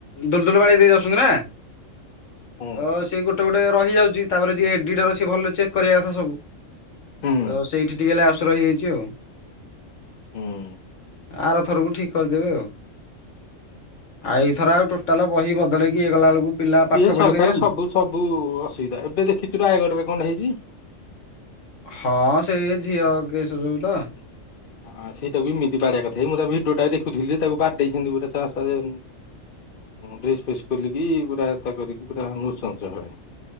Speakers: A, on the left (about 70°); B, on the left (about 50°).
A: ଦୁଲ ଦୁଲ ବାଡି ଦେଇ ଯାଉସନ୍ତି ନା।
B: ହୁଁ
A: ତ ସିଏ ଗୋଟେ ଗୋଟେ ରହି ଯାଉଛି ତାପରେ ଯିଏ ଏଡିଟର ସିଏ ଭଲରେ ଚେକ୍ କରିବା କଥା ସବୁ। ତ
B: ହୁଁ
A: ସେଇଠି ଟିକେ ଲାବ୍ସ୍ ରହିଯାଇଛି ଆଉ।
B: ହୁଁ।
A: ଆର ଥରକୁ ଠିକ କରିଦେବେ ଆଉ। ଆଉ ଏଇଥର ଆଉ ଟୋଟାଲ ବହି ବଦେଇକି ଇଏକଲା ବେଳକୁ ପିଲା ପାଠ
B: ଇଏ ସରକାର
A: ପଢି ପାରିବେନି।
B: ସବୁ ସବୁ ଅସୁବିଧା, ଏବେ ଦେଖିଛୁ ରାୟଗଡ ରେ କଣ ହେଇଛି?
A: ହଁ ସେ ଝିଅ କେସ୍ ଯୋଉତ।
B: ହଁ ସେଇଟା ବି ଏମିତି ବାଡେଇଆ କଥାକି, ମୁଁ ତା ଭିଡିଓଟା ଦେୁଥିଲ ଯେ ତାକୁ ବାଡେଇସନ୍ତି ଗୁରେ ତ ତା ଯେ ଡ୍ରେସ୍ ଫେସ୍ ଖୋଲିକି ପୁରା ଏତା କରିକି ପୁରା ନୃସଂସ ଭାବରେ।